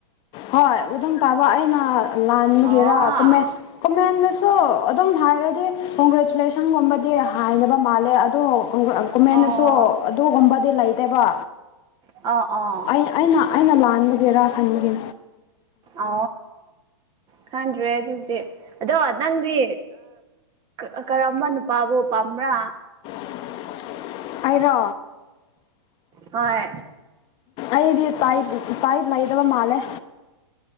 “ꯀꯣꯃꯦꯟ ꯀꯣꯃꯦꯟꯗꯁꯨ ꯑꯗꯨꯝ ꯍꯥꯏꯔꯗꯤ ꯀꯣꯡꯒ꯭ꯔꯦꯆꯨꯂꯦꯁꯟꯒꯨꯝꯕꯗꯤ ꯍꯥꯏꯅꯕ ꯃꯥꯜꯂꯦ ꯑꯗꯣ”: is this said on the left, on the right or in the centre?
Left